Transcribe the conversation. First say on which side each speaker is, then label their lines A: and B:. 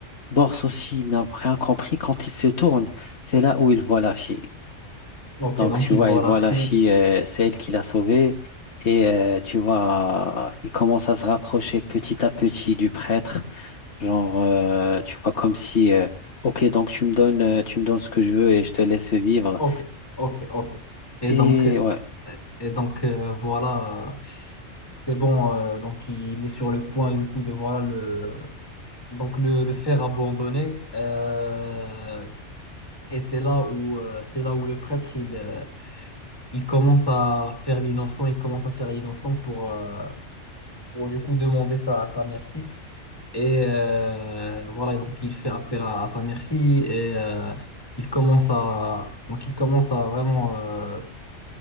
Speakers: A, on the left (about 65°); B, on the left (about 20°).
A: Bors aussi, il n'a rien compris. Quand il se tourne, c'est là où il voit la fille.
B: ok.
A: Donc
B: Donc
A: tu
B: il
A: vois,
B: voit
A: il
B: la
A: voit
B: fille.
A: la fille, euh, c'est elle qui l'a sauvée. Et euh, tu vois, il commence à se rapprocher petit à petit du prêtre. Genre, euh, tu vois, comme si, euh, ok, donc tu me donnes, euh, tu me donnes ce que je veux et je te laisse vivre.
B: Ok, ok, ok. Et
A: Et
B: donc, euh,
A: ouais.
B: et donc euh, voilà, euh, c'est bon. euh, donc il est sur le point du coup de voilà le donc le, le faire abandonner. euh, et c'est là où euh, c'est là où le prêtre il, euh, il commence à faire l'innocent, il commence à faire l'innocent pour, euh, pour du coup demander sa, sa merci. Et euh, voilà, donc il fait appel à, à sa merci et euh, il commence à donc il commence à vraiment euh,